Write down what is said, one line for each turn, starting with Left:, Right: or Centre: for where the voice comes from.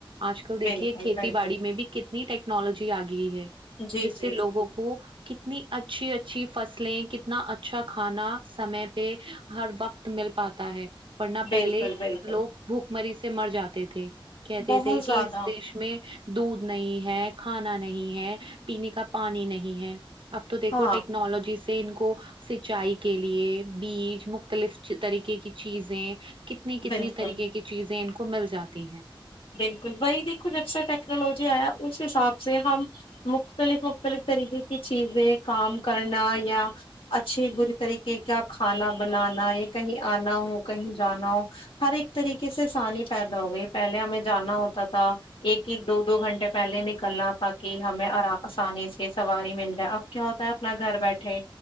Right: آج کل
Left: بالکل
Right: دیکھیے کھیتی
Left: بالکل
Right: باڑی میں بھی کتنے کتنی ٹیکنالوجی آ گئی ہے
Left: جی
Right: جس
Left: جی
Right: سے لوگوں
Left: جی
Right: کو وہ کتنی اچھی اچھی فصلیں کتنا ا اچھا کھانا سمے پہ ہر وقت مل پاتا ہے ورنہ
Left: بالکل
Right: پہلے
Left: بالکل
Right: لوگ بھوک مری سے مر جاتے تھے کہتے
Left: بہت
Right: تھے
Left: زیادہ
Right: کہ اس دیش میں دودھ نہیں ہے کھانا نہیں ہے پینے کا پانی نہیں ہے اب تو دیکھو
Left: ہاں
Right: ٹیکنالوجی سے ان کو سچائی کے لیے بیج مختلف طریقے کی چیزیں کتنی کتنی
Left: بالکل
Right: طریقے کی چیزیں ان کو مل جاتی ہیں
Left: بالکل وہی دیکھو جب سے ٹیکنالوجی آیا اس حساب سے ہم مختلف مختلف طریقے کی چیزیں کام کرنا یا اچھے برے طریقے کا کھانا بنانا یا کہیں آنا ہو کہیں جانا ہو ہر ایک طریقے سے آسانی پیدا ہو گئی پہلے ہمیں جانا ہوتا تھا ایک ایک دو دو گھنٹے پہلے نکلنا تاکہ ہمیںر آسانی سے سواری مل جائے کیا ہوتا ہے اپنا گھر بیٹھے